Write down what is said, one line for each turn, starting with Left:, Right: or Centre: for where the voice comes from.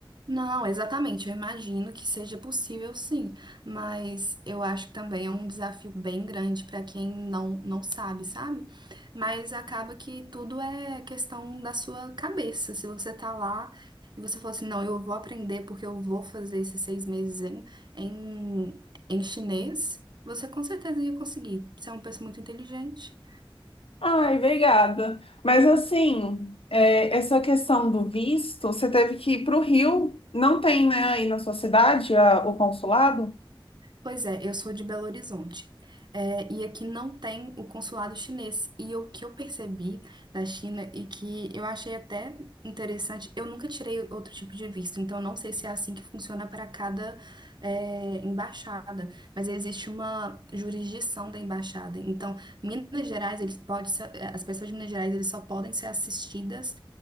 Right: Não, exatamente. Eu imagino que seja possível, sim, mas eu acho que também é um desafio bem grande para quem não, não sabe, sabe? Mas acaba que tudo é questão da sua cabeça. Se você tá lá e você fala assim, não, eu vou aprender porque eu vou fazer esses seis meses em, em, em chinês, você com certeza ia conseguir. Você é uma pessoa muito inteligente.
Left: Ai, obrigada. Mas assim, é, essa questão do visto, você teve que ir para o Rio. Não tem, né, aí na sua cidade, a- o consulado?
Right: Pois é, eu sou de Belo Horizonte. É, e aqui não tem o consulado chinês. E o que eu percebi da China e que eu achei até interessante, eu nunca tirei outro tipo de visto, então eu não sei se é assim que funciona para cada, é, embaixada, mas existe uma jurisdição da embaixada. Então, Minas Gerais, eles pode ser- eh, as pessoas de Minas Gerais, eles só podem ser assistidas